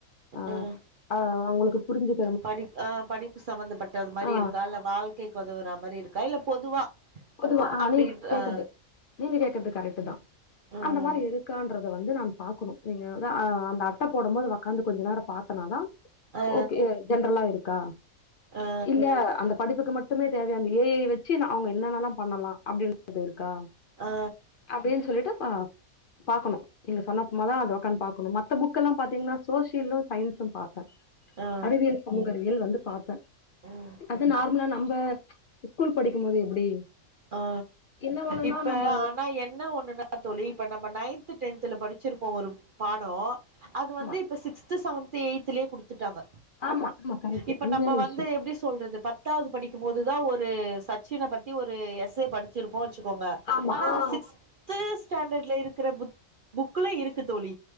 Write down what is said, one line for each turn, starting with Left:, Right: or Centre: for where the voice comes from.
Left: ஆ
Right: ம்
Left: அவங்களுக்கு புரிஞ்சியிருக்
Right: படிப் ஆ படிப்பு சம்பந்தப்பட்ட மாதிரி
Left: ஆ
Right: இருக்கா இல்ல வாழ்க்கை உதவுற மாதிரி இருக்கா இல்ல பொதுவா
Left: பொதுவா ஆ
Right: அப்டின்ற
Left: நீங்க கேக்கறது
Right: ஆ
Left: நீங்க கேக்கறது கரெக்ட் தான்
Right: ம்
Left: அந்த மாதிரி இருக்கு ருக்கான்றத வந்து நானு பாக்கணும் நீங்க வந்து அ அந்த அட்ட போடும் போது வக்காந்து கொஞ்சோ நேரோ பார்த்தன்னாதா
Right: ஆ
Left: ஓகே ஜென்ரலா இருக்கா
Right: ஆ
Left: இல்ல அந்த படிப்புக்கு மட்டுமே தேவையானது ஏ ஐ வச்சு நா அவுங்க என்னென்னல்லாம் பண்ணலாம் அப்பிடின்றது இருக்கா
Right: ஆ
Left: அப்டின்னு சொல்லிட்டு பா பாக்கணு நீங்க சொன்னப்றம்மா தான் அத வக்காந்து பாக்கணு மத்த புக்கெல்லாம் பாத்தீங்கன்னா சோசியலும் சயின்ஸும் பாத்தே
Right: ஆ
Left: அறிவியல் சமூக அறிவியல் வந்து பார்த்தே
Right: ம்
Left: அது நார்மலா நம்ம ஸ்கூல் படிக்கும் போது எப்டி
Right: ஆ
Left: என்ன பண்ணுனா
Right: இப்ப
Left: நம்ப
Right: ஆனா என்ன ஒண்ணுன்னா தோழி இப்ப நம்ம நைன்த் டென்த்துல படிச்சிருப்போம் ஒரு பாடோ அது வந்து
Left: ஆமா
Right: இப்ப சிக்ஸ்த்து செவன்த் எய்ட்த்லயே குடுத்துட்டாங்க
Left: ஆமா ஆமா கரெக்ட்
Right: இப்ப
Left: உண்மையான
Right: நம்ப வந்து
Left: விஷயம்
Right: எப்டி சொல்றது ப பத்தாவது படிக்கும்போதுதான் ஒரு சச்சின பத்தி ஒரு எஸ் ஏ படி ச்சிருக்கோ வைச்சிக்கோங்க
Left: ஆமா
Right: ஆனா
Left: ஆ
Right: அது சிக்ஸ் க்ஸ்த் ஸ்டாண்டர்ட்ல இருக்கிற புத் புக்ல இருக்கு தோழி